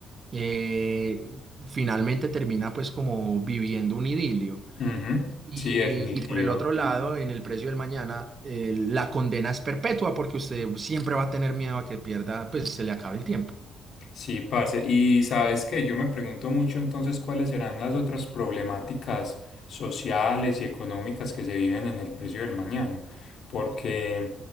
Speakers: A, on the right (about 40°); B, on the left (about 65°).
A: eh, finalmente termina pues como viviendo un idilio.
B: Ujú,
A: Y,
B: Sí, definitivo.
A: y por el otro lado, en el precio del mañana, eh, la condena es perpetua porque usted siempre va a tener miedo a que pierda, pues se le acabe el tiempo.
B: Sí, parce. Y sabes que yo me pregunto mucho entonces cuáles serán las otras problemáticas sociales y económicas que se viven en el precio del mañana. Porque,